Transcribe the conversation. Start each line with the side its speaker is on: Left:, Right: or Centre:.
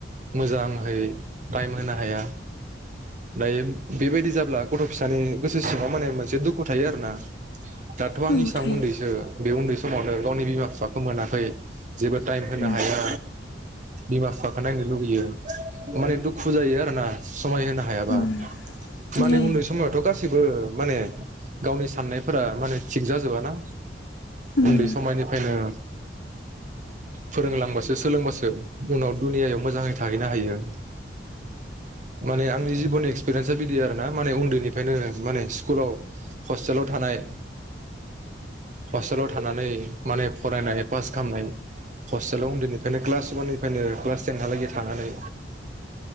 Right: मोजाहै टाइम होनो हाया दायो बेबायदि जाब्ला गथ फिसानि गोसो सिङाव माने मोनसे दुखु थायो आरो ना दाथ
Left: उम
Right: आं इसेबां
Left: औ थायो
Right: उन्दैसो बे उन्दैसो समावनो गावनि बिमा बिफाखौ मोनाखै जेबो टाइम होनो
Left: उम
Right: हाया। बिमा बिफाखौ नायनो लुुबैयो माने दुखु जायो आरो ना समाय होनो हायाबा
Left: उम
Right: माने
Left: जायो
Right: उन्दै समावथ गासिबो माने गावनि साननायफोरा माने थिग जाजोबाना।
Left: उम
Right: उन्दै समायनिफ्रायनो फोरोंलांबासो सोलोंबासो उनाव दुनियायाव मोजाङै थाहैनो हायो माने आंनि जिबननि एक्सपिरियेन्सा बिदि आरो ना माने उन्दैनिफ्रायनो माने स्कुलाव हस्टेलाव थानाय हस्टेलाव थानानै माने फरायनाय पास खालामनाय हस्टेलाव उन्दैनिफ्रायनो क्लास वाननिफ्रायनो क्लास टेनहालागै थानानै